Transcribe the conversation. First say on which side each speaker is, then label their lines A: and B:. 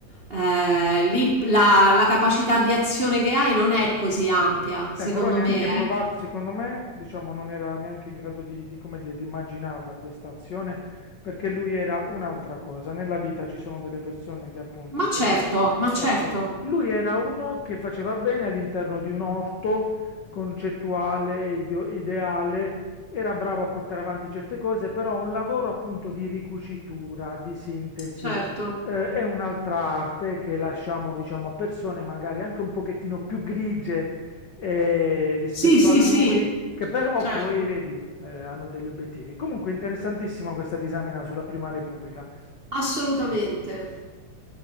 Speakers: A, on the right; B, on the left.
A: eh, lì la, la capacità di azione che hai non è così ampia, secondo
B: Eh, però neanche
A: me, eh.
B: provarci, secondo me, diciamo, non era neanche in grado di, di, come dire, di immaginarla questa azione, perché lui era un'altra cosa. Nella vita ci sono delle persone che appunto
A: Ma
B: sono...
A: certo, ma certo,
B: Ecco, lui era uno che faceva bene all'interno di un orto concettuale, ideo- ideale, era bravo a portare avanti certe cose, però un lavoro appunto di ricucitura, di sintesi,
A: certo.
B: eh, è un'altra arte che lasciamo, diciamo, a persone magari anche un pochettino più grigie eh, rispetto
A: Sì, sì,
B: a lui,
A: sì,
B: che però
A: certo,
B: poi, vedi, eh, hanno degli obiettivi. Comunque interessantissima questa disamina sulla Prima Repubblica.
A: assolutamente,